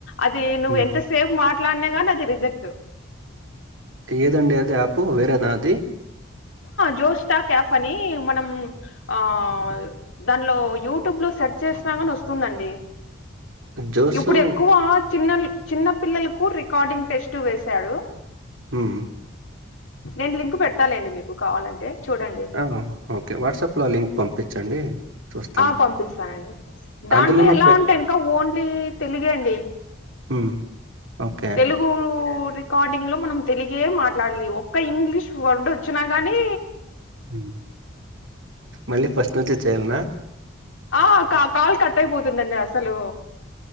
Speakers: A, on the left (about 75°); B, on the right (about 75°).
A: అది నువ్వు
B: హ్మ్.
A: ఎంతసేపు మాట్లాడినా కానీ అది రిజెక్ట్
B: ఏదండి అది యాపు వేరేనా అది,
A: జోష్టాక్ యాపని మనం ఆ దాన్లో యూట్యూబ్ లో సెర్చ్ చేసినా గానోస్తుందండి,
B: జోసు
A: ఇప్పుడు ఎక్కువ చిన్న చిన్న పిల్లలకు రికార్డింగ్ టెస్ట్ వేసాడు,
B: మ్మ్
A: నేను లింక్ పెడతాలేండి మీకు కావాలంటే చూడండి,
B: ఒ ఓకే వాట్సాప్లా లింక్ పంపించండి. చూస్తాను.
A: ఆ పంపిస్తానండి దాంట్లో
B: అందులోనూ
A: ఎలా
B: పె
A: ఉంటాయి ఇంకా ఓన్లీ తెలుగే అండి,
B: మ్మ్ ఓకే
A: తెలుగురూ రికార్డింగ్ లో మనం తెలిగే మాట్లాడ్లీ, ఒక్క ఇంగ్లీష్ వర్డ్ వచ్చినా గాని
B: మ్మ్ మళ్ళీ ఫస్ట్ నుంచి చేయ్యాల్నా
A: ఆ కా కాల్ కట్ అయిపోతుందండి అసలు,